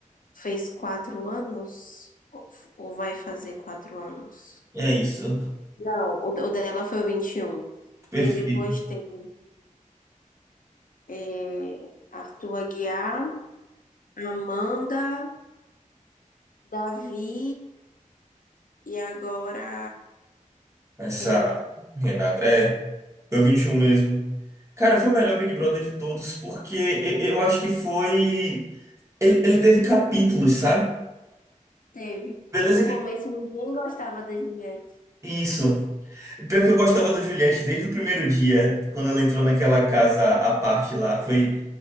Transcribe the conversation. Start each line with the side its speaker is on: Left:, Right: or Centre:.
Left: fez quatro anos? Ou, ou vai fazer quatro anos?
Right: É isso.
Left: Não, o, o dela foi o 21.
Right: Perfeito.
Left: Porque depois teve é, Arthur Aguiar, Amanda, Davi e agora
Right: Essa
Left: Renata.
Right: Renata. É, foi o 21 mesmo. Cara, foi o melhor Big Brother de todos, porque eu, eu acho que foi. Ele, ele teve capítulos, sabe?
Left: Teve.
Right: Beleza
Left: No começo ninguém gostava da Juliette.
Right: Isso. Pior que eu gostava da Juliette desde o primeiro dia, quando ela entrou naquela casa à parte lá. Foi,